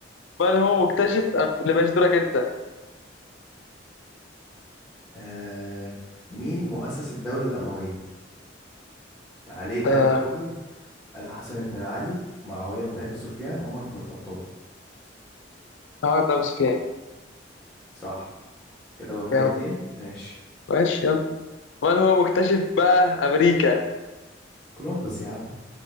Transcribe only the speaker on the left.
من هو مكتشف أم... اللي ماشي دورك أنت
آه
هقعد أبو سفيان
يلا
ماشي يلا من هو مكتشف بقى أمريكا